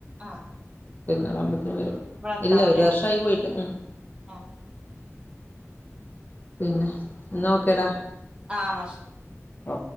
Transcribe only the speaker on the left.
പിന്നെ <unintelligible>
ഇല്ല ഒരു വർഷായി പോയിട്ട് ഉ
പിന്നെ നോക്കടാ
ഓ